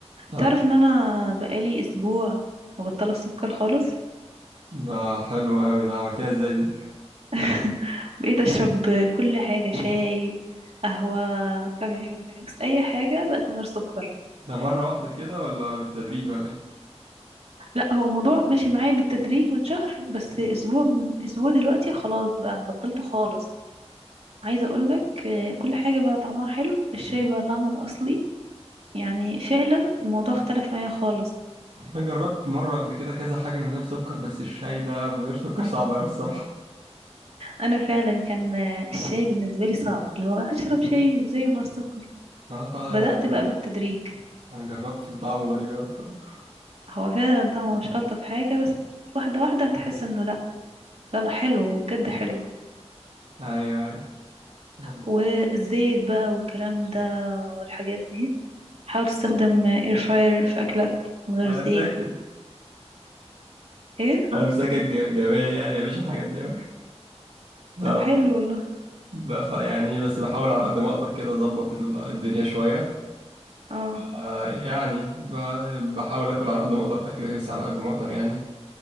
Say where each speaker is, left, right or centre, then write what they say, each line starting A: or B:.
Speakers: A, on the right; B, on the right.
A: طب
B: تعرف ان انا بقالي اسبوع مبطلة السكر خالص
A: ده حلو قوي ده عملتيها ازاي دي
B: <laughs> بقيت اشرب كل حاجة شاي قهوة كافي ميكس اي حاجة بقت من غير سكر
A: ده مرة واحدة كده ولا بالتدريج ولا ايه
B: لا هو الموضوع ماشي معايا بالتدريج من شهر بس اسبوع من اسبوع دلوقتي خلاص بقى بطلته خالص عايزة اقولك آه، كل حاجة بقى طعمها حلو الشاي بقى طعمه الاصلي يعني فعلا الموضوع اختلف معايا خالص
A: انا جربت مرة قبل كده كذا حاجة من غير سكر بس الشاي ده من غير سكر صعب قوي الصراحة
B: انا فعلا كان آه، الشاي بالنسبة لي صعب اللي هو هشرب شاي ازاي من غير سكر
A: <laughs> اه طبعا
B: بدأت
A: انا جربت
B: بقى بالتدريج
A: انا جربت وطعمه غريب قوي الصراحة
B: هو فعلا طعمه مش ألطف حاجة بس واحدة واحدة هتحس انه لا لا لا حلو بجد حلو
A: ايوه ايوه طيب.
B: والزيت بقى والكلام ده والحاجات دي حاول تستخدم اير فراير في أكلك من غير
A: انا
B: زيت
A: ساكت
B: ايه
A: انا مساكن ج- جميع يعني مفيش الحاجات دي قوي
B: طب حلو والله
A: ب- فيعني ايه بس بحاول على قد ما اقدر كده اظبط ال- الدنيا شوية
B: اه
A: آه يعني ب- بحاول اكل على قد ما اقدر اكل هيلثي على قد ما اقدر يعني